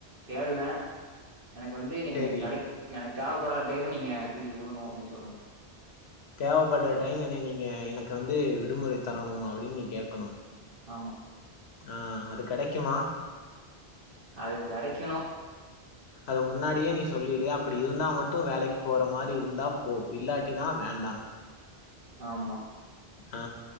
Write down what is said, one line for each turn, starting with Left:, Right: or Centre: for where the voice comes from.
Right: தேடுவேன் எனக்கு வந்து நீங்க
Left: சேரி
Right: கடைக்கு எனக்கு தேவைப்படற டைம்ம நீங்க பி ஏ கூட நோ அப்படின்னு சொல்றாங்க
Left: தேவைப்படுற டைம் என்னைய நீங்க எனக்கு வந்து விடுமுறை தரணும் அப்படின்னு நீங்க கேக்கணும்
Right: ஆமா
Left: ஆ அது கெடைக்குமா
Right: அது கெடைக்கணும்
Left: அத முன்னாடியே நீ சொல்லரு அப்படி இருந்தா மட்டும் வேலைக்கு போற மாதிரி இருந்தா போ இல்லாட்டினா வேண்டா
Right: ஆமா
Left: ஆ